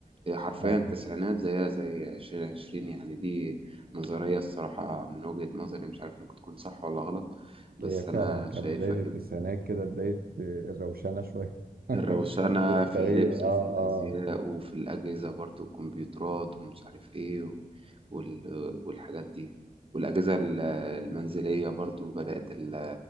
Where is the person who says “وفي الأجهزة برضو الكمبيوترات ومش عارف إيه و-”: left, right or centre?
Right